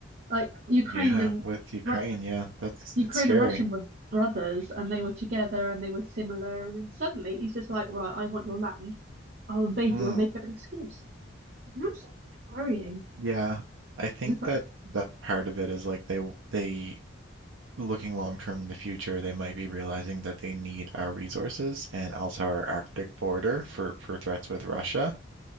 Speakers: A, on the right; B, on the right.
A: Like Ukraine
B: Yeah,
A: and
B: with Ukraine,
A: Ru-
B: yeah, that's
A: Ukraine
B: it's scary.
A: and Russian were brothers, and they were together, and they were similar. And then suddenly he's just like, right, I want your land. I'll invade
B: Mm,
A: you and make up an excuse. And that's worrying.
B: yeah. I think
A: It's like,
B: that that part of it is like they w- they looking long term in the future, they might be realizing that they need our resources and also our Arctic border for for threats with Russia.